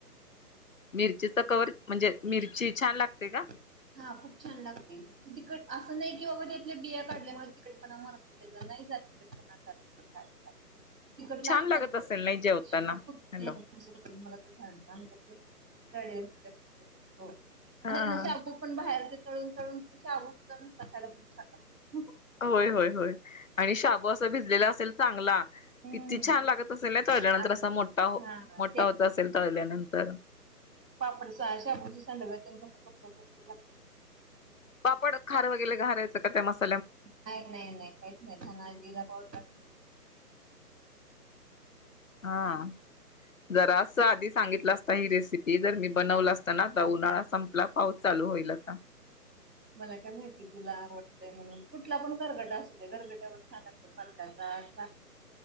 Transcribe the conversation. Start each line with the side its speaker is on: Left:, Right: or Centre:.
Left: मिरचीचा कवर म्हणजे मिरची छान लागते का?
Right: हा खूप छान लागते, तिखट असं नाही की बाबा इथल्या बिया काढल्यामुळे तिखटपणा मरत असत <unintelligible> नाही जातन तिखटपणा <unintelligible> तिकट लागतात
Left: छान लागत असेल नाही जेवताना.
Right: खूप <unintelligible>
Left: हॅलो
Right: तळे जातात. हो आणि
Left: हा
Right: त्यातले शाबू पण बाहेरचे तळून तळून ते शाबू सुद्धा गरम खायला खूप छान लागता.
Left: होय होय होय आणि शाब असा भिजलेला असेल चांगला.
Right: हम्म.
Left: किती छान लागत असेल ना तळल्यानंतर
Right: आज
Left: असा मोठा
Right: हां.
Left: मोठा होत असेल तळल्यानंतर.
Right: पापडचा आशाभुजीसांडव्या त <unintelligible>
Left: पापड खार वगैरे घालायचं का मस्
Right: नाही नाही नाही काहीच नाही धना जिरा पावडर.
Left: हा हा. जरा अस आधी सांगितलं असता ही रेसिपी जर मी बनवलं असता ना आता उन्हाळा संपला. पाऊस चालू होईल आता.
Right: मला काय माहिती तुला आवडतं ते म्हणून कुठला पण गरगट असू गरगट्यावर छान लागतो पालकाचा